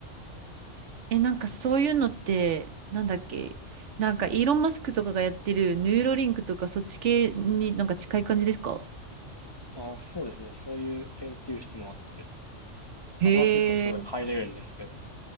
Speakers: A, on the right (about 70°); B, on the left (about 25°).
A: え、なんかそういうのって、なんだっけ、なんかイーロン・マスクとかがやってるヌーロリンクとかそっち系になんか近い感じですか
B: ああ、そうですね。そういう研究室もあって、
A: へえ。
B: あれは結構すごいハイレベルですけど、